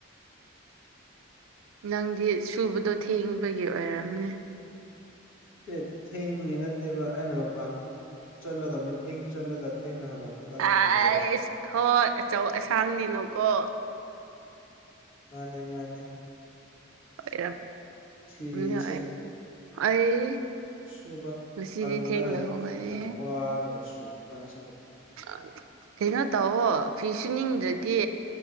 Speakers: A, on the right (about 85°); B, on the left (about 80°).
A: ꯅꯪꯗꯤ ꯁꯨꯕꯗꯣ ꯊꯦꯡꯕꯒꯤ ꯑꯣꯏꯔꯝꯅꯤ
B: ꯑꯦꯠ ꯊꯦꯡꯕꯒꯤ ꯅꯠ ꯅꯠꯇꯦꯕ ꯑꯩꯅ ꯃꯄꯥꯟ ꯊꯣꯛ ꯆꯠꯂꯒ ꯃꯤꯇꯤꯡ ꯆꯠꯂꯒ ꯊꯦꯡꯅ ꯍꯜꯂꯛꯄ ꯀꯥꯟꯗꯗꯨꯅꯦꯕ
A: ꯑꯁ ꯍꯣꯏ ꯑꯆꯧ ꯑꯁꯥꯡꯅꯤꯅꯀꯣ
B: ꯃꯥꯅꯦ ꯃꯥꯅꯦ
A: ꯑꯣꯏꯔꯝ
B: ꯐꯤꯁꯦ
A: ꯅ ꯑꯩ
B: ꯁꯨꯕ
A: ꯉꯁꯤꯗꯤ
B: ꯇꯜꯂꯒ
A: ꯊꯦꯡꯅ ꯍꯧꯒꯠꯂꯦꯍꯦ
B: ꯌꯥꯝ ꯋꯥꯔꯒ ꯁꯨꯕ ꯀꯥꯟꯁꯤꯗ
A: ꯑꯥ ꯀꯩꯅꯣ ꯇꯧꯑꯣ ꯐꯤ ꯁꯨꯅꯤꯡꯗ꯭ꯔꯗꯤ